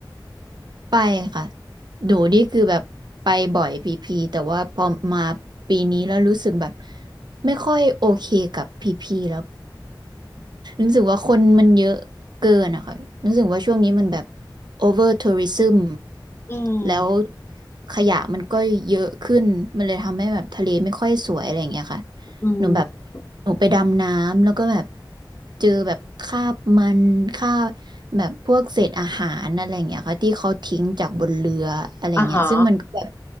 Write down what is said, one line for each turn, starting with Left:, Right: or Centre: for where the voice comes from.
Right: ไปค่ะหนูนี่คือแบบไปบ่อยพีพีแต่ว่าพอมาปีนี้แล้วรู้สึกแบบไม่ค่อยโอเคกับพีพีแล้ว รู้สึกว่าคนมันเยอะเกินอะค่ะรู้สึกว่าช่วงนี้มันแบบ over tourism
Left: อืม
Right: แล้วขยะมันก็เยอะขึ้น มันเลยทำให้แบบทะเลไม่ค่อยสวยอะไรอย่างเงี้ยค่ะ
Left: อืม
Right: หนูแบบหนูไปดำน้ำแล้วก็แบบเจอแบบคราบมันคราบแบบพวกเศษอาหารอะไรอย่างเงี้ยค่ะที่เขาทิ้งจากบนเรืออะไรเงี้ยซึ่งมันก็แบบ
Left: อ่าฮะ